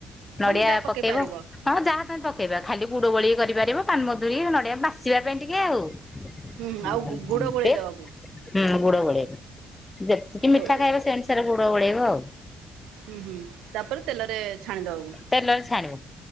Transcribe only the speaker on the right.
ମାନେ ଯାହା ପକେଇ
ପାରିବ
ହୁଁ ହୁଁ
ଆଉ ଗୁଡ଼ ଗୋଳେଇ ଦେବାକୁ
ହୁଁ
ହୁଁ ହୁଁ ତାପରେ ତେଲରେ ଛାଣିଦବାକୁ